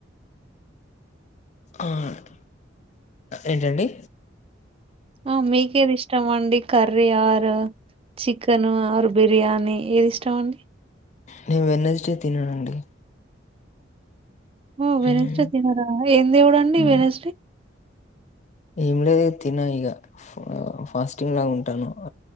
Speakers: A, on the left (about 35°); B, on the right (about 30°).
A: ఆహ్ ఏంటండి
B: ఆ మీకేది ఇష్ట మండి curry or chicken or biryani ఏది ఇష్టం అండి
A: నేను వెన్నెస్డే తిననండి
B: ఓ వెనస్డే
A: మ్మ్.
B: తినారా ఏ దేవడంండి
A: మ్మ్.
B: వెనస్డే
A: ఏం లేదు తిన ఇక ఫాస్టింగ్ లాగా ఉంటాను